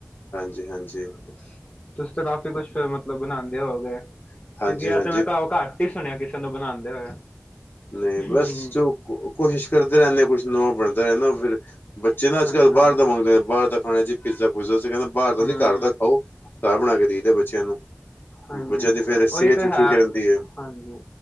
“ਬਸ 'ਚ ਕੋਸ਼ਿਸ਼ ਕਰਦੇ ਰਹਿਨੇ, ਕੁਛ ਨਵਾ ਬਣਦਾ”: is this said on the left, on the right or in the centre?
Left